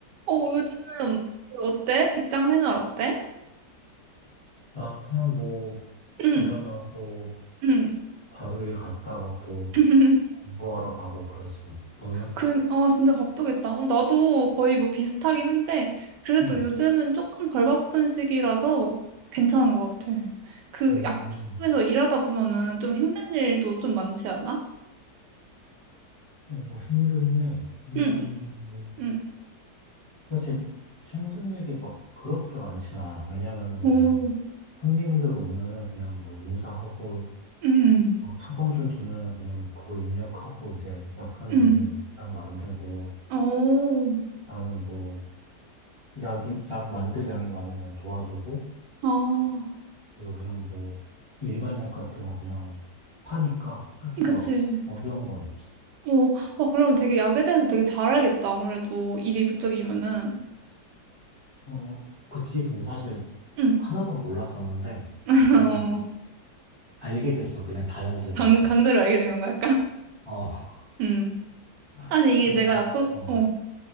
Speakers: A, on the right; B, on the left.
A: 어, 요즘 어때? 직장 생활 어때?
B: 나 그냥 뭐
A: 응,
B: 일어나서
A: 응.
B: 바로 일 갔다가 또
A: <laughs>
B: 공부하러 가고 그러지 뭐. 너는?
A: 그, 어, 진짜 바쁘겠다. 어, 나도 거의 뭐 비슷하긴 한데, 그래도
B: 응.
A: 요즘은 조금 덜 바쁜 시기라서 괜찮은 것 같아. 그
B: 음,
A: 약국에서 일하다 보면은 좀 힘든 일도 좀 많지 않아?
B: 어, 힘든 일, 힘든
A: 응,
B: 일.
A: 응.
B: 사실 힘든 일이 막 그렇게 많진 않아. 왜냐면은
A: 오,
B: 그냥 손님들 오면은 그냥 뭐 인사하고
A: 응,
B: 뭐 처방전 주면은 그냥 뭐 그거 입력하고 이제 약사님이
A: 응.
B: 약 만들고
A: 오,
B: 나는 뭐 약이 약 만들 양이 많으면 도와주고
A: 아,
B: 그리고 그냥 뭐 일반 약 같은 거 그냥 파니까 딱히
A: 그치.
B: 막 어려운 건 없어.
A: 어, 와, 그럼 되게 약에 대해서 되게 잘 알겠다. 아무래도 일이 그쪽이면은.
B: 어, 그치. 근데 사실
A: 응.
B: 하나도 몰랐었는데
A: <laughs>
B: 그냥
A: 어.
B: 알게 됐어. 그냥 자연스럽게.
A: 강, 강제로 알게 된 건가, 약간?
B: 어,
A: 음.
B: <laughs>
A: 아니, 이게
B: 그래서,
A: 내가 약국,
B: 어,
A: 어,